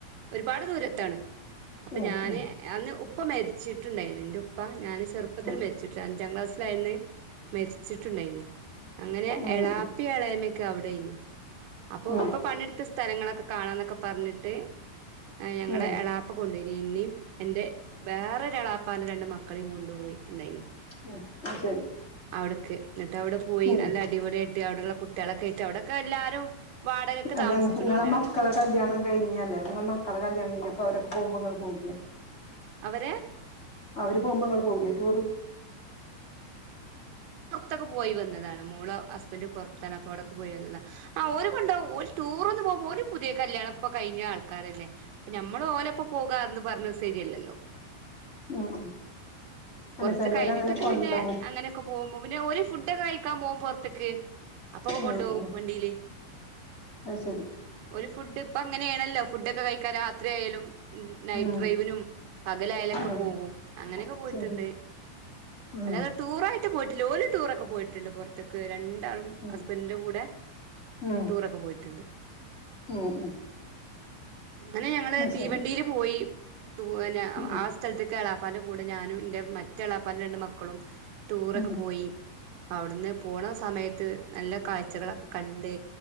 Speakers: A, on the right; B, on the left.
A: ഒരുപാട് ദൂരത്താണ്. അപ്പൊ
B: ഉം
A: ഞാന്
B: ഉം
A: അന്ന് ഉപ്പ മരിച്ചിട്ടുണ്ടായിരുന്നു ഇന്റുപ്പ ഞാന് ചെറുപ്പത്തിൽ
B: ഉം
A: മരിച്ചിട്ട അഞ്ചാം ക്ലാസ് ലെയിന്ന് മരിച്ച്ട്ട്ടായിന്ന് അങ്ങനെ
B: ഉം
A: എളാപ്പി എളേമ്മേക്കെ അവിടെയ്ന്ന് അപ്പൊ
B: ഉം
A: ഉപ്പ പണിട്ത്തെ സ്ഥലങ്ങളൊക്കെ കാണാന്നൊക്കെ പറഞ്ഞിട്ട് ആഹ് ഞങ്ങളെ
B: ഉം
A: എളാ പ്പ കൊണ്ടെയ്നി ഇന്നിം എന്റെ വേറെരു എളാപ്പാന്റെ രണ്ട് മക്കളെയും കൊണ്ടു പോയിട്ട്ണ്ടെയിനി
B: ഉം എന്നാ ശരി
A: അവിടക്ക് ന്നിട്ട് അവിടെ പോയി
B: ഉം
A: നല്ല അടിപൊളിയായിട്ട് അവിടെള്ളെ കുട്യാളൊക്കെയിറ്റ് അവിടൊക്കെ എല്ലാരും വാടകക്ക്
B: അല്ല
A: താമസിക്കണോലാണല്ലോ
B: ഇങ്ങളെ മക്കളെ കല്യാണം കഴിഞ്ഞ്യല്ലേ ഇങ്ങളെ മക്കളെ കല്യാണം കഴിഞ്ഞപ്പോ അവരൊക്കെ പോകുമ്പോ ഇങ്ങൾ പോവില്ല്യെ
A: അവരെ
B: അവര് പോവുമ്പോ ഇങ്ങള് പോവുല്ല്യേ ടൂറ്
A: പൊറ്ത്തൊക്കെ പോയി വന്നതാണ് മോള ഹസ്ബഡ് പൊറ്ത്താണ് അപ്പോ അവിടൊക്കെ പോയി വന്നത ആഹ് ഒര് കൊണ്ടോവും ഒര് ടൂറൊന്നും പോവുമ്പോ ഓല് പുതിയ കല്യാണംപ്പൊ കഴിഞ്ഞ ആൾക്കാരല്ലേ അപ്പ നമ്മളു ഓലെപ്പോ പോകാന്ന് പറഞ്ഞത് സെരിയല്ലല്ലോ
B: ഉം ഉം
A: കൊറച്ച്
B: അല്ല ചിലവരങ്ങനെ
A: കഴിഞ്ഞിട്ടൊക്കെ
B: കൊണ്ടോവും
A: പിന്നെ അങ്ങനെയൊക്കെ പോവുമ്പോ പിന്നെ ഒര് ഫുഡ്ക്കെ കഴി ക്കാൻ പോവും പോർത്ത്ക്ക് അപ്പൊക്കെ
B: ഉം
A: കൊണ്ടോവും
B: ഉം
A: വണ്ടിയില്
B: അത് ശരി
A: ഒര് ഫുഡ് ഇപ്പൊ അങ്ങനെണല്ലോ ഫുഡൊക്കെ കഴിക്കാൻ രാത്രിയായലും നൈറ്റ്
B: ഉം
A: ഡ്രൈവിനും പകലായലൊക്കെ
B: ഉം
A: പോവും അങ്ങനെയൊക്കെ പോയി
B: ശരി
A: ട്ട്ണ്ട്
B: ഉം
A: അല്ലാതെ ടൂറായിട്ട് പോയിട്ടില്ല ഓല് ടൂറൊക്കെ പോയിട്ട്ണ്ട് പൊറ ത്ത്ക്ക് രണ്ടാളും
B: ഉം
A: ഹസ്ബൻഡിന്റെ കൂടെ
B: ഉം
A: ടൂറൊക്കെ പോയിട്ട്ണ്ട്
B: ഉം ഉം
A: അങ്ങനെ ഞങ്ങള്
B: അത്
A: തീവണ്ടിയില്
B: ശരി
A: പോയി ടൂ അനെ
B: ഉം
A: ആ സ്ഥല്ത്ത്ക്ക് എളാപ്പാന്റെ കൂടെ ഞാനും ഇന്റെ മറ്റെളാപ്പാന്റെ രണ്ട് മക്കളും ടൂറൊക്കെ
B: ഉം ഉം
A: പോയി അവ്ട്ന്ന് പോണ സമയത്ത് നല്ല കാഴ്ചകളൊക്കെ കണ്ട്